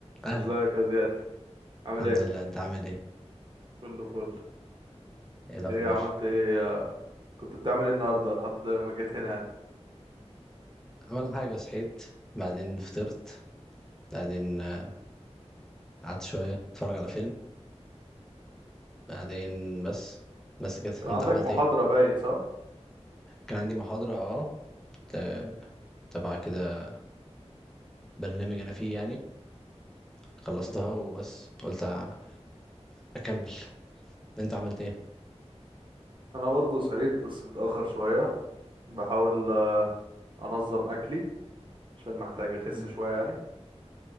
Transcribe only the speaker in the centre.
أهلا
الحمد
لله أنت عامل إيه؟
إيه الأخبار؟
أول حاجة صحيت بعدين فطرت بعدين آه، قعدت شوية أتفرج على فيلم بعدين بس بس كده
أنت
عملت
إيه؟
كان عندي محاضرة أه ت- تبع كده برنامج أنا فيه يعني فخلصتها
وبس قلت أ- أكمل أنت عملت إيه؟
مم.